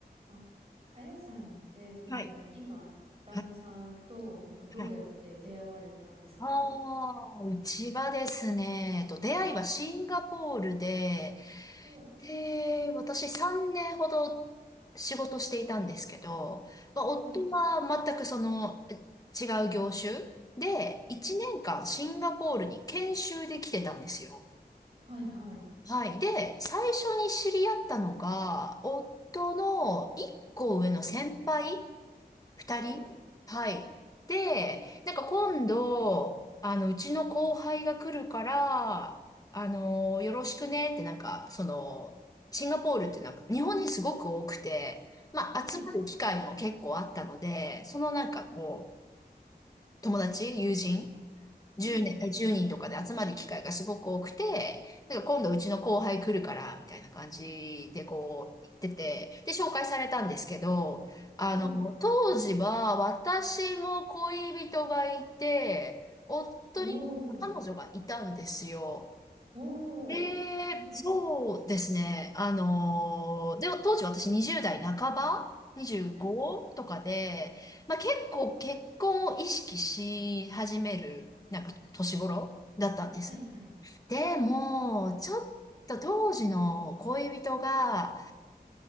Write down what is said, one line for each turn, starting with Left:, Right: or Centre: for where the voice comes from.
Right: あ、あやさんって、その、
Left: はい。
Right: 今、旦那さんと、
Left: はい。
Right: なんかどうやって出会われたんですか
Left: はい。ああ、うちはですね、えっと、出会いはシンガポールで、
Right: お、
Left: で、私3年ほど仕事していたんですけど、まあ、夫は全くそのえ違う業種で、
Right: はい。
Left: 1年間シンガポールに研修で来てたんですよ。
Right: うん。はい、はい。
Left: はい。で、最初に知り合ったのが、夫の1個上の先輩二人はい。
Right: はい、
Left: で、なんか今度、あの、うちの後輩が来るから、あの、よろしくねってなんか、その、シンガポールってなんか、日本にすごく多くて、まあ、
Right: はい。
Left: 集まる機会も結構あったので、そのなんかこう、
Right: うん、
Left: 友達、友人10年、
Right: うん、うん。
Left: え1人とかで集まる機会がすごく多くて、なんか今度うちの後輩来るから、
Right: うん
Left: みたいな感じでこう言ってて、で、紹介されたんですけど、あの、
Right: はい。
Left: 当時は私も恋人がいて、夫にも彼女がいたんですよ。
Right: おー、おー。
Left: え
Right: <laughs>
Left: え、そうですね。あのーで、当時私20代半ば ?25
Right: はい、
Left: とかで、まあ、結構結婚を意識し始める、なんか年頃だったんです。
Right: はい、はい。
Left: でも、ちょっと当時の恋人が、